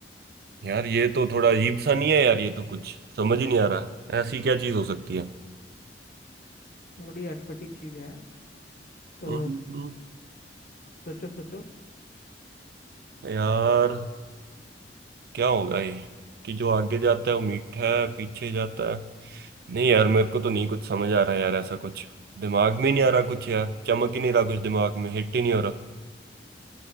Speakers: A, on the right; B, on the left.
A: यार ये तो थोड़ा अजीब सा नहीं है यार ये तो कुछ समझ ही नहीं आ रहा ऐसी क्या चीज हो सकती है
B: थोड़ी अटपटी चीज है तो
A: हम्म,
B: सोचो सोचो
A: यार क्या होगा ये कि जो आगे जाता है वो मीठा है पीछे जाता है नहीं यार मेरे को तो नहीं कुछ समझ आ रहा यार ऐसा कुछ दिमाग में ही नहीं आ रहा कुछ यार चमक ही नहीं रहा कुछ दिमाग में हिट ही नहीं हो रहा